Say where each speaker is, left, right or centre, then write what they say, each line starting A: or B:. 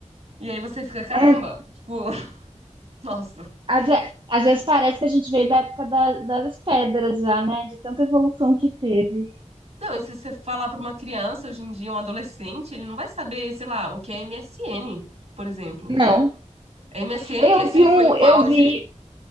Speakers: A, on the right; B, on the right.
A: E aí você fica, caramba,
B: é.
A: tipo, <laughs> nossa.
B: Às, ve- às vezes parece que a gente veio da época da- das pedras já, né? De tanta evolução que teve.
A: Não, e se você falar pra uma criança hoje em dia, um adolescente, ele não vai saber, sei lá, o que é MSN, por exemplo.
B: Não,
A: MSN
B: Eu
A: que, assim,
B: vi um,
A: foi o
B: eu
A: auge.
B: vi,